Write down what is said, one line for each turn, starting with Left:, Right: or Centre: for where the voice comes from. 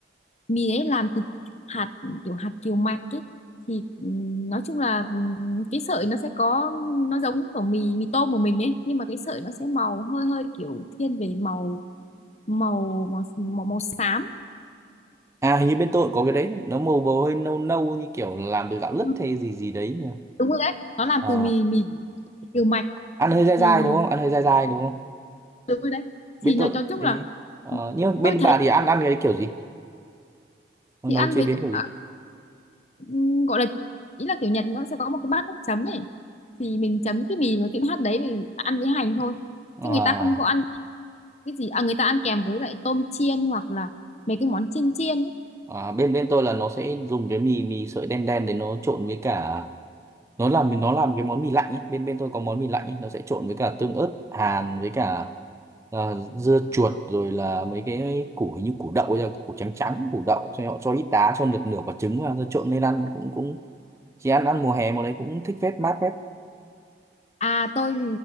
Left: mì đấy làm từ hạt kiểu hạt kiều mạch ấy thì ừm, nói chung là ừm, cái sợi nó sẽ có nó giống kiểu mì mì tôm của mình ấy nhưng mà cái sợi nó sẽ màu hơi hơi kiểu thiên về màu màu màu màu, màu xám
Right: À hình như bên tôi cũng có cái đấy, nó màu bầu hơi nâu nâu như kiểu làm từ gạo lứt
Left: Ừ,
Right: hay gì gì đấy nhỉ?
Left: đúng rồi đấy nó làm
Right: Ờ,
Left: từ mì mì kiều mạch
Right: ăn hơi dai
Left: thì
Right: dai đúng không? Ăn hơi dai dai đúng không?
Left: đúng rồi đấy
Right: Bên
Left: thì nói
Right: tôi
Left: cho chung
Right: đấy.
Left: là
Right: Ờ, nhưng mà bên
Left: tôi thấy
Right: bà thì ăn ăn cái kiểu gì? Nó
Left: thì
Right: nấu
Left: ăn
Right: chế
Left: với
Right: biến kiểu gì?
Left: à, ừm, gọi là ý là kiểu Nhật nó sẽ có một cái bát nước chấm ấy thì mình chấm cái mì với cái hạt đấy thì ăn với hành thôi
Right: À,
Left: chứ người ta không có ăn cái gì à người ta ăn kèm với lại tôm chiên hoặc là mấy cái món chiên chiên ấy.
Right: à, bên bên tôi là nó sẽ dùng cái mì mì sợi đen đen để nó trộn với cả nó làm nó làm cái món mì lạnh ấy. bên bên tôi có món mì lạnh ấy. nó sẽ trộn với cả tương ớt hàn với cả à, dưa chuột rồi là mấy cái củ hình như củ đậu ấy, củ trắng trắng củ đậu xong rồi họ cho ít đá cho được nửa quả trứng vào rồi trộn lên ăn cũng cũng chỉ ăn ăn mùa hè mùa đấy cũng thích phết mát phết
Left: à tôi